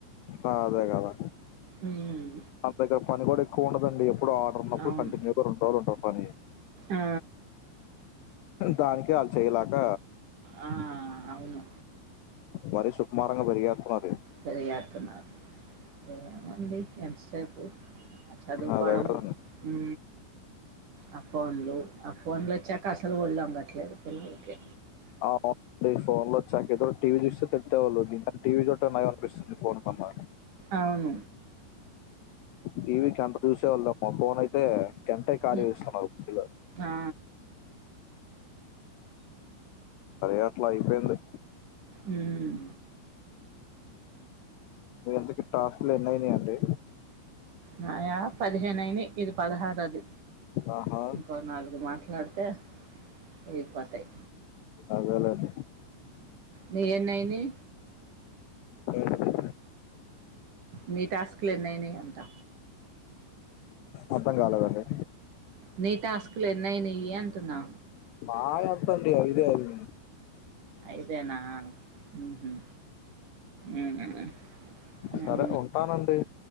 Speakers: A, on the left; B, on the right.
A: ఆ అదే గదా
B: ఉమ్
A: అంతగ పని గూడా ఎక్కువ ఉండదండి ప్పుడో ఆర్డర్ ఉన్నప్పుడు
B: అవును
A: కంటిన్యూగా రెండు రోజులు ఉంటది పని.
B: ఆ
A: దానికే ఆళ్ చేయలాక
B: ఆ అవును
A: మరీ సుకుమారంగ పెరిగేత్తున్నారే
B: పెరిగేతున్నారు ఏముంది ఎంతసేపు అ చదువుకోడం
A: అదే కదండి
B: ఊ ఆ ఫోన్లు, ఆ ఫోన్ల్ ఒచ్చాక అస్సలు ఒళ్లు ఒంగట్లేదు పిల్లలకి.
A: ఆ ఫోన్ లో సాంకేతో టీవీ చూస్తే తింటే వాళ్ళు దీకని టీవీ చోట్ట నయం అనిపిస్తుంది ఫోన్ కన్నా
B: అవును
A: టీవీ గంట చూసేవాళ్ళమ ఫోన్ అయితే గంటా ఖాళీ
B: ఉమ్,
A: వేస్తున్నారు ఇలా
B: ఆ
A: అరేట్లా అయిపోయింది
B: ఉం
A: మీ ఇంతకి టాస్లు ఎన్నైనాయి అండి
B: నయా పదిహేను అయినాయి ఇది పదహారోది
A: ఆహా
B: ఇంకో నాలుగు మాట్లాడితే అయిపోతాయి
A: అదే లెండి
B: మీ ఎన్నైనాయి
A: ఏంటది
B: మీ టాస్క్లున్నాయి అంతా
A: అర్థం కాల కండి
B: నీ టాస్కులు ఎన్నయినా అంటున్నా
A: నాయి ఎంత అండి ఐదే ఐదు
B: ఐదు నా ఉహు ఉం ఉం
A: సరే ఉంటానండి